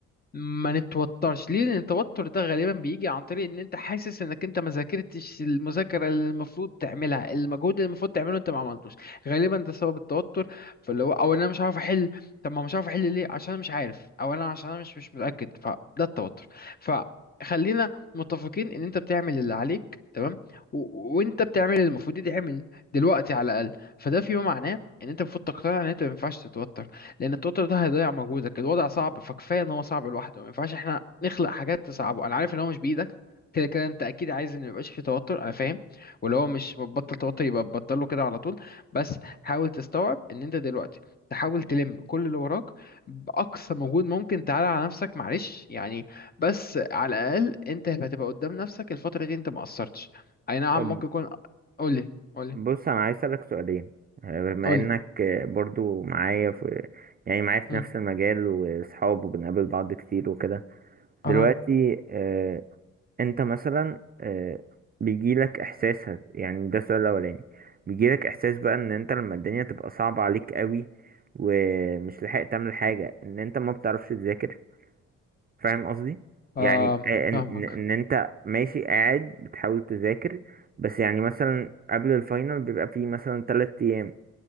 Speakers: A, on the left; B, on the right.
A: ما نتوترش ليه لان التوتر ده غالبا بيجي عن طريق ان انت حاسس انك انت ما ذاكرتش المذاكره اللي المفروض تعملها المجهود اللي المفروض تعمله انت ما عملتوش غالبا ده سبب التوتر فاللي هو او إن انا مش عارف احل طب ما مش عارف احل ليه عشان انا مش عارف او انا عشان انا مش مش متاكد فده التوتر فخلينا متفقين ان انت بتعمل اللي عليك تمام و... وانت بتعمل اللي المفروض يتعمل دلوقتي على الاقل فده فيما معناه ان انت المفروض تقتنع ان انت ما ينفعش تتوتر لان التوتر ده هيضيع مجهودك الوضع صعب فكفايه ان هو صعب لوحده ما ينفعش احنا نخلق حاجات تصعبه انا عارف ان هو مش بايدك كده كده انت اكيد عايز ان ميبقاش فيه توتر انا فاهم ولو هو مش بطل توتر يبقى بطله كده على طول بس حاول تستوعب ان انت دلوقتي تحاول تلم كل اللي وراك باقصى مجهود ممكن تعالى على نفسك معلش يعني بس على الاقل انت هتبقى قدام نفسك الفتره دي انت ما قصرتش اي نعم
B: طب
A: ممكن يكون قولي قولي
B: بص انا عايز اسالك سؤالين آه، بما
A: قولي
B: انك آه، برضو معايا في يعني معايا في
A: مم.
B: نفس المجال واصحاب وبنقابل بعض كتير وكده
A: اها
B: دلوقتي آه، انت مثلا آه، بيجيلك احساس هت- يعني ده السؤال الاولاني بيجيلك احساس بقى ان انت لما الدنيا تبقى صعبة عليك قوي ومش لحق تعمل حاجة ان انت ما بتعرفش تذاكر فاهم قصدي
A: آه.
B: يعني آه، ان
A: فاهمك
B: ان إن انت ماشي قاعد بتحاول تذاكر بس يعني مثلا قبل الفاينل بيبقى فيه مثلا تلات ايام